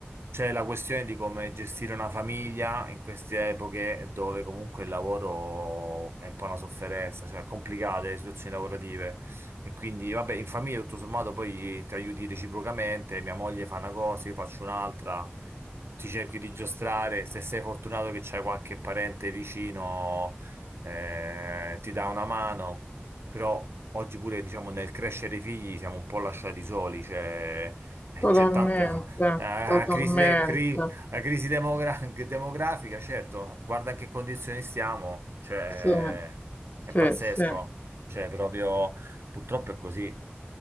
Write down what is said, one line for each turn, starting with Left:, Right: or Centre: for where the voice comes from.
Right: C'è la questione di come gestire una famiglia in queste epoche dove comunque il lavoro è un po' una sofferenza, cioè complicate le situazioni lavorative. E quindi, vabbè, in famiglia tutto sommato poi ti aiuti reciprocamente, mia moglie fa una cosa, io faccio un'altra, ti cerchi di giostrare, se sei fortunato che c'hai qualche parente vicino, eh, ti dà una mano, però oggi pure, diciamo, nel crescere i figli siamo un po' lasciati soli, cioè... Eh,
Left: Totalmente,
Right: C'è tanta, la
Left: totalmente.
Right: crisi, de- cri- la crisi demogra- demografica, certo, guarda in che condizioni stiamo, cioè,
Left: Sì, sì,
Right: è pazzesco,
Left: sì.
Right: cioè, proprio, purtroppo è così,